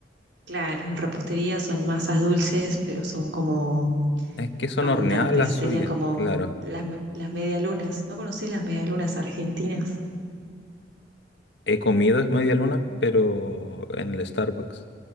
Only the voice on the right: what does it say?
Claro, en repostería son masas dulces, pero son como
abundantes.
Serían
como
las, me- las medialunas. ¿No conocés las medialunas argentinas?